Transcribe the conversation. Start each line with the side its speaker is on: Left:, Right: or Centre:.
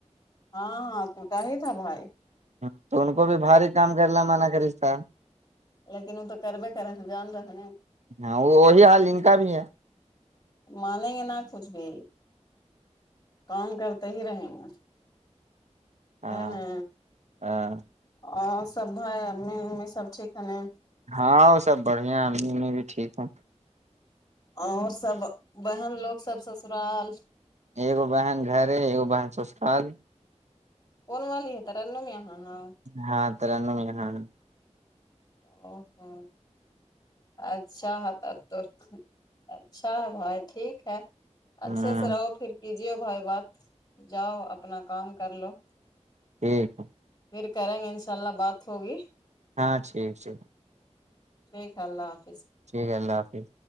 Left: ہاں توٹا ہی تھا بھائی
Right: وں تو ان کو بھی بھاری کام کرنا منع کرشتا
Left: لیکن ادے کربے کرے ہے انجام دو ہے نہ
Right: ہاں وہ وہی حال ان کا بھی ہے
Left: مانیں گے نا کچھ بھی کام کرتے ہی رہیں گے
Right: ہاں
Left: ہے نہ
Right: ہاں
Left: اور سب بھائی امی امی سب ٹھیک ہے نہ
Right: ہاں وہ سب بڑھیا ہے امی انو بھی ٹھیک ہے
Left: اور سب بہن لوگ سب سسرال
Right: ایک بہن گھر ہے ایک بہن سسرال
Left: کون والے ہے تررانم یہاں ہاں
Right: ہاں تررانم یہاں ہے
Left: او ہو اچھا تب تو اچھا بھائی ٹھیک ہے اچھے
Right: ہوں
Left: سے رہو پھر کیجیے بھائی بات جاؤ اپنا کام کر لو
Right: ٹھیک ہے
Left: پھر کریں گے انشاء اللہ بات ہوگی
Right: ہاں ٹھیک ٹھیک
Left: ٹھیک اللہ حافظ
Right: ٹھیک ہے اللہ حافظ